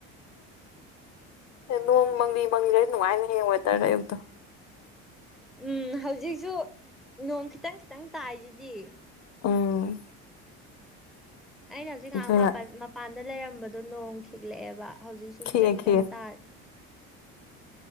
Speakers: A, on the left; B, in the centre.
A: ꯅꯣꯡ ꯃꯪꯂꯤ ꯃꯪꯂꯤꯒꯩ ꯅꯨꯡꯉꯥꯏꯅ ꯍꯡꯉ ꯍꯥꯏꯇꯥꯔꯦ ꯑꯌꯨꯛꯇ
B: ꯎꯝ ꯍꯧꯖꯤꯛꯁꯨ ꯅꯣꯡ ꯈꯤꯇꯪ ꯈꯤꯇꯪ ꯇꯥꯏꯁꯤꯗꯤ
A: ꯎꯥ
B: ꯑꯩꯅ ꯍꯧꯖꯤꯛ ꯉꯥꯏꯍꯥꯛ
A: ꯑꯗꯨꯅ
B: ꯃꯄꯥꯟ ꯃꯄꯥꯟꯗ ꯂꯩꯔꯝꯕꯗꯣ ꯅꯣꯡ ꯈꯤꯛꯂꯛꯑꯦꯕ ꯍꯧꯖꯤꯛꯁꯨ
A: ꯈꯤꯛꯑꯦ
B: ꯈꯤꯇꯪ ꯈꯤꯇꯪ
A: ꯈꯤꯛꯑꯦ
B: ꯇꯥꯔ